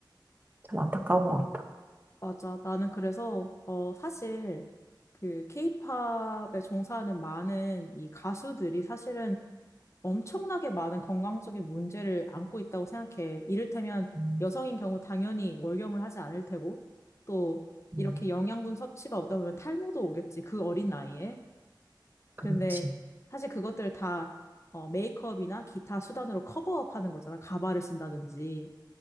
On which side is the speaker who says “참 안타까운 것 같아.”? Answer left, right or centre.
Right